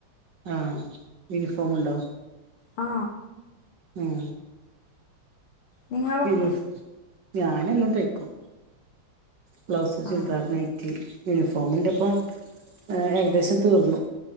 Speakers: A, on the right; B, on the left.
A: ആഹ് യൂണിഫോമുണ്ടോ
B: ആ
A: ഉം
B: നിങ്ങളോ
A: യുണിഫോം ഞാൻ എല്ലാം തൈക്കും ബ്ലൗസ് ചുൽദാർ
B: ആ
A: നൈറ്റി യൂണിഫോമിൻ്റെ ഇപ്പം എ ഏകദേശം തീർന്നു